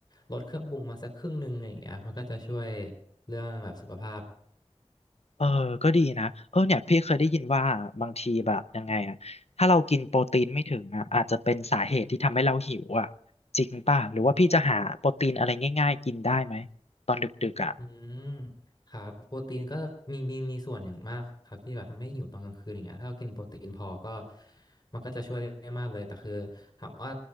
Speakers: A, on the left; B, on the left.
A: ลดเครื่องปรุงมาสักครึ่งหนึงอะไรอย่างเงี้ยมันก็จะช่วยเรื่องแบบสุขภาพ
B: เออก็ดีนะเออเนี่ยพี่เคยได้ยินว่าบางทีแบบยังไงอะถ้าเรากินโปรตีนไม่ถึงอะอาจจะเป็นสาเหตุที่ทำให้เราหิวอะจริงป่ะหรือว่าพี่จะหาโปรตีนอะไรง่ายๆกินได้ไหมตอนดึกๆอะ
A: อืมครับโปรตีนก็มีมีมีส่วนอย่างมากครับที่แบบทำให้หิวตอนกลางคืนอย่างเงี้ยถ้าเรากินโปรตีนพอก็มันก็จะช่วยได้มากเลยแต่คือถามว่า